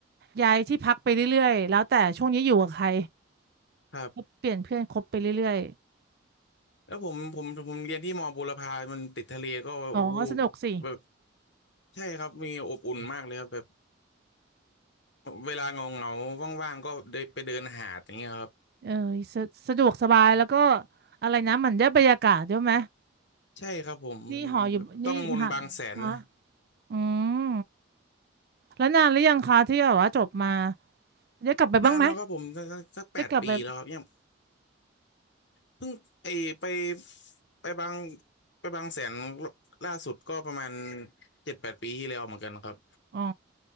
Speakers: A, on the right; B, on the left.
A: ย้ายที่พักไปเรื่อยๆแล้วแต่ช่วงนี้อยู่กับใคร
B: ครับ
A: ก็เปลี่ยนเพื่อนคบไปเรื่อย
B: แล้วผมผมผมเรียนที่มอบุรพามันติดทะเลก็อู้
A: ๆอ๋อสนุกสิ
B: แบบใช่ครับมีอบอุ่นมากเลยครับแบบเวลาเงาเงาว่างๆก็เดินไปเดินหาดอย่างเงี้ยครับ
A: เออสะสะดวกสบายแล้วก็อะไรนะเหมือนได้บรรยากาศด้วยไหม
B: ใช่ครับผมมันแบบต้องมนต์บางแสนนะ
A: นี่หออยู่นี่มหาฮะอืม แล้วนานหรือยังคะที่แบบว่าจบมาได้กลับไปบ้างไหม
B: นานแล้วครับผมสักสักสักแปดปีแล้วครับยัง
A: ได้กลับไป
B: เพิ่งไอไปไปบางไปบางแสนล่าสุดก็ประมาณเจ็ดแปดปีที่แล้วเหมือนกันครับ
A: อ๋อ